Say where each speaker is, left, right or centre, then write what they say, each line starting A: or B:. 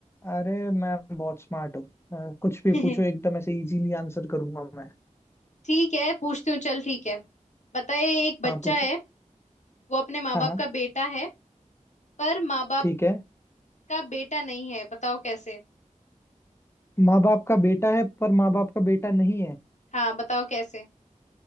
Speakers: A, on the left; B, on the left.
A: अरे मैं बहुत स्मार्ट हूँ अ, कुछ भी
B: <laughs>
A: पूछो एकदम ऐसे इजीली आंसर करूंगा मैं
B: ठीक है पूछती हूँ चल ठीक है बताए एक बच्चा
A: हाँ पूछो
B: है वो अपने माँ
A: हाँ
B: बाप
A: हाँ
B: का बेटा है पर माँ बाप
A: ठीक है
B: का बेटा नहीं है बताओ कैसे
A: माँ बाप का बेटा है पर माँ बाप का बेटा नहीं है
B: हाँ बताओ कैसे